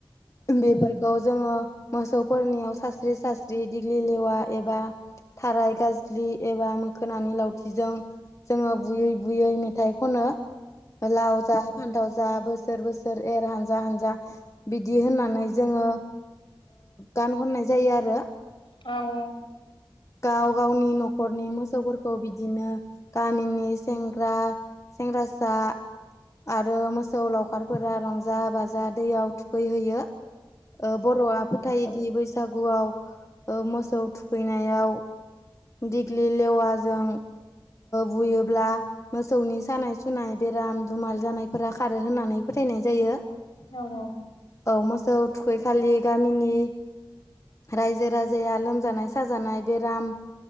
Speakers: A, on the left (about 35°); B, on the left (about 70°).
A: बेफोरखौ जोङो मोसौफोरनियाव सास्रि सास्रि दिग्लि लेवा एबा थाराय गाज्लि एबा मोखोनानि लावथिजों जोङो बुयै बुयै मेथाइ खनो लाव जा फान्थाव जा बोसोर बोसोर एर हानजा हानजा बिदि होननानै जोङो गान खननाय जायो आरो
B: औ
A: गाव गावनि न'खरनि मोसौफोरखौ बिदिनो गामिनि सेंग्रा सेंग्रासा आरो मोसौ लावखारफोरा रंजा बाजा दैयाव थुखैहोयो। बर'आ फोथायोदि बैसागुआव मोसौ थुखैनायाव दिग्लि लेवाजों बुयोब्ला मोसौनि सानाय सुनाय बेराम दुमाल जानायफोरा खारो होननानै फोथायनाय जायो।
B: औ औ
A: औ मोसौ थुखैखालि गामिनि रायजो राजाया लोमजानाय साजानाय बेराम